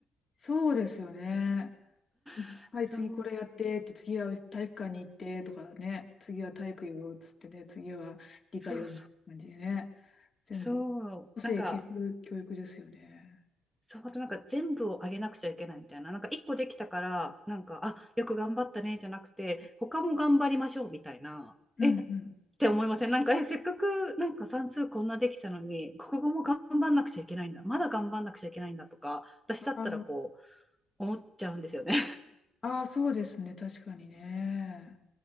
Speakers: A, on the left (about 25°); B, in the centre.
A: そうですよね。
B: <laughs>
A: はい、次これやってって、
B: そう、
A: 次は体育館に行ってとかね、次は体育よっつってね、次は理科よみたいな感じでね、
B: そうそう、
A: 全部、
B: そう、
A: 個性消す教育ですよね。
B: なんか、そう、あとなんか全部をあげなくちゃいけないみたいな、なんか一個できたから、なんか、あ、よく頑張ったねじゃなくて、他も頑張りましょうみたいな、
A: うんうん。
B: えって思いませんなんか、え、せっかくなんか算数こんなできたのに、国語も頑張んなくちゃいけないんだ、まだ頑張んなくちゃいけないんだとか、私だったらこう、
A: あ
B: 思っちゃうんですよね。
A: あ、あーそうですね、確かにね。